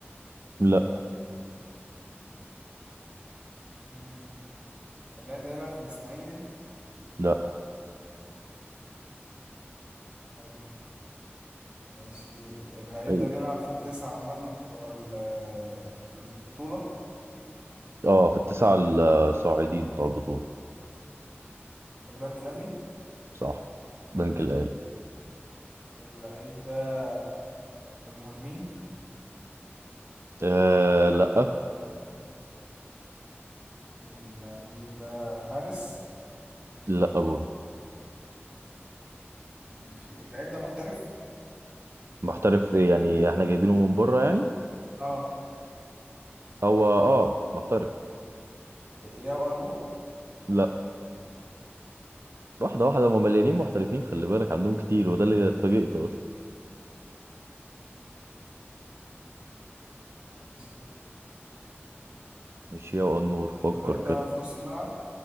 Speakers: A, on the right (about 70°); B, on the right (about 25°).
A: لا
B: امم اللعيب ده بيلعب في الاسماعيلي
A: لا
B: حلو ماشي اللعيب
A: إيه.
B: ده بيلعب في التسعه عامه بتوع ال- البطوله
A: اه في التسعه الصاعدين بتوع البطوله
B: البنك الاهلي
A: صح بنك الاهلي
B: اللعيب ده في المهاجمين
A: آه لا
B: اللعيب ده حارس
A: لا برضه
B: ماشي اللعيب ده محترف
A: محترف ايه يعني احنا جايبينه من بره يعني
B: اه
A: هو اه محترف
B: ياو النور
A: لا واحده واحده هم مليانين محترفين خلي بالك عندهم كتير وده اللي اتفاجئت اصلا
B: ماشي
A: مش هي والنور
B: طيب
A: فكر
B: اللعيب ده
A: كده
B: في نص الملعب